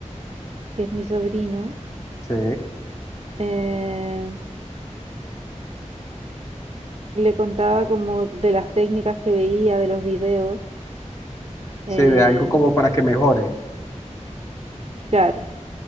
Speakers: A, on the right; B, on the left.
A: que es mi sobrino,
B: Sí,
A: eh, le contaba como de las técnicas que veía, de los videos. eh,
B: sí, de algo como para que mejore.
A: claro,